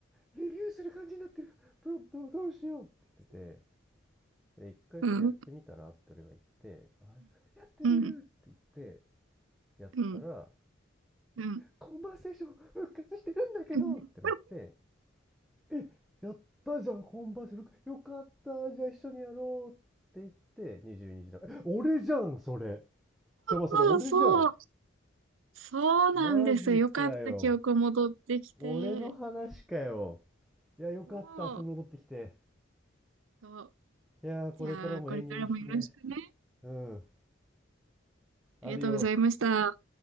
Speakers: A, in the centre; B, on the right.
A: レビューする感じになってるプロンプトをどうしようって言っててで一回それやってみたらって俺が言って
B: うん。
A: 「やってみるって言って
B: うん。
A: やったら
B: うん。うん。
A: コンバーセーション復活してるんだけどってなって
B: うん
A: えやったじゃんコンバーセ復ンよかったじゃあ一緒にやろうって言って22時だからえ俺じゃんそれちょまそれ俺じゃん
B: そうそう。そうなんですよ。
A: マジかよ
B: よかった記憶戻ってきて。
A: 俺の話かよいや、よかった。
B: そ
A: 遊び戻ってきて。
B: う。そう。
A: いやー、これからも永遠によろしくね。
B: じゃあ、これからもよろしくね。
A: うん。アディオス。
B: ありがとうございました。